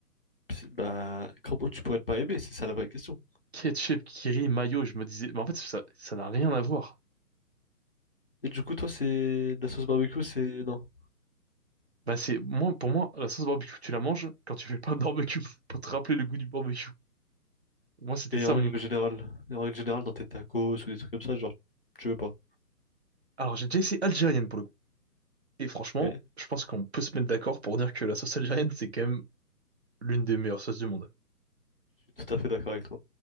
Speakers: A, on the left; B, on the right.
A: Puis, Bah comment tu pourrais ne pas aimer, c'est ça la vraie question.
B: Ketchup kiri mayo, je me disais, mais en fait, ça, ça n'a rien à voir.
A: Et du coup, toi, c'est la sauce barbecue, c'est... Non.
B: Bah, c'est, moi, pour moi, la sauce barbecue, tu la manges quand tu fais pas de barbecue <laughs> pour te rappeler le goût du barbecue. Moi, c'était
A: Et
B: ça
A: en
B: mon.
A: règle générale, et en règle générale, dans tes tacos ou des trucs comme ça, genre, tu veux pas.
B: Alors, j'ai déjà essayé algérienne pour le coup. Et franchement,
A: Et
B: je pense qu'on peut se mettre d'accord pour dire que la sauce algérienne, c'est quand même l'une des meilleures sauces du monde.
A: suis tout à fait d'accord avec toi.